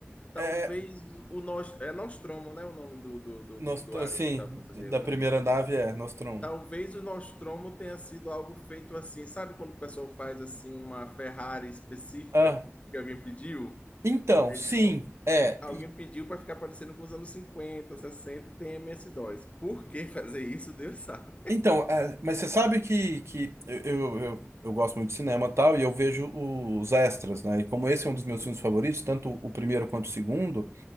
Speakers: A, on the left; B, on the right.
A: talvez
B: É,
A: o Nos, é Nostromo, né? O nome do, do, do,
B: Nost-
A: do, do
B: assim,
A: alien, o oitavo passageiro,
B: da
A: né?
B: primeira nave é Nostromo.
A: Talvez o Nostromo tenha sido algo feito assim, sabe quando o pessoal faz assim uma Ferrari específica
B: Ah,
A: porque alguém pediu?
B: então,
A: Então,
B: sim, é.
A: alguém pediu para ficar parecendo com os anos 50, 60 e tem MS-DOS. Por que fazer isso, Deus sabe.
B: Então, é, mas você sabe que, que eu, eu, eu, eu gosto muito de cinema e tal, e eu vejo os extras, né? E como esse é um dos
A: Sim.
B: meus filmes favoritos, tanto o primeiro quanto o segundo,